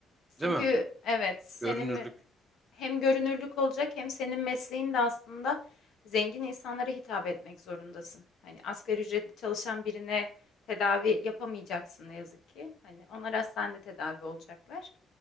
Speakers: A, on the left (about 70°); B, on the right (about 20°).
A: Çünkü
B: Değil mi?
A: evet, senin
B: Görünürlük
A: mi Hem görünürlük olacak hem senin mesleğin de aslında zengin insanlara hitap etmek zorundasın. Hani asgari ücretli çalışan birine tedavi yapamayacaksın ne yazık ki. Hani onlar hastanede tedavi olacaklar.